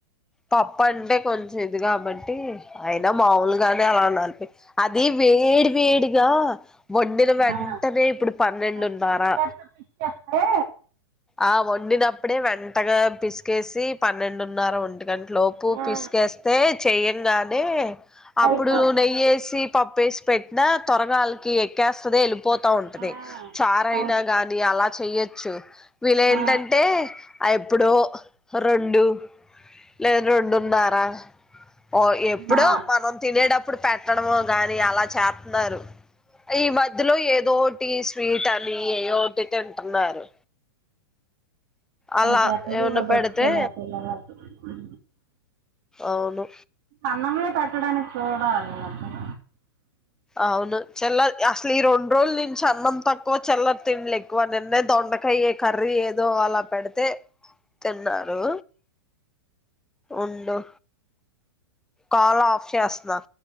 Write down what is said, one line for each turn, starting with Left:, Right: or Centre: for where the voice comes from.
Centre: పప్ప అంటే కొంచెం ఇది కాబట్టి అయినా మాములుగానే అలా నలిపి అది వేడి వేడిగా వండిన వెంటనే
Right: ఆ,
Centre: ఇప్పుడు పన్నెండున్నారా
Right: మెత్తగా చేస్తే పిచ్చేస్తే
Centre: ఆ వండినప్పుడే వెంటగా పిస్ పిసుకేసి పన్నెండున్నర ఒంటిగంట లోపు
Right: ఆ,
Centre: పిసుకేస్తే చేయ్యంగానే అప్పుడు
Right: అయిపోద్ది
Centre: నెయ్యేసి పప్పెసి పెట్టిన తొరగాలికి ఎ ఎక్కేస్తది వెళ్ళిపోతా ఉంటది
Right: ఆ,
Centre: చారయినా
Right: అవును
Centre: గాని అలా చెయొచ్చు వీలేంటంటే
Right: ఆ,
Centre: అ ఎప్పుడో రొండు లేదు రెండుంనారా ఓ ఎప్పుడో
Right: ఆ,
Centre: మనం తినేటప్పుడు పెట్టడము గాని అలా చేతున్నారు ఈ మధ్యలో ఏదోటి స్వీట్ అని ఏయోటి తింటున్నారు అలా
Right: అయి గట్టుడుడ్
Centre: ఏమన్నా
Right: దొరుకుతే
Centre: పెడితే
Right: నా పిల్ల నాకి ఊ
Centre: అవును
Right: అన్నమే పెట్టడానికి చూడాలి అక్కడ
Centre: అవును చెల్లర్ అసలు ఈ రెండు రోజులు నించి అన్నం తక్కువ చిల్లర్ తిడ్ల్ ఎక్కువ నిన్న దొ బెండకయ కర్రీ ఏదో అలా పెడితే తిన్నారు ఉండు కాల్ ఆఫ్ చేస్తున్నా